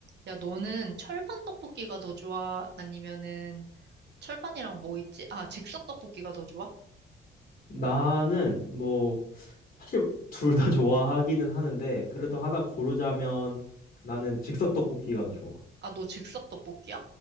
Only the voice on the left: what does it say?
나는 뭐 사실 둘 다 <laughs> 좋아하기는 하는데 그래도 하나 고르자면 나는 즉석 떡볶이가 더 좋아.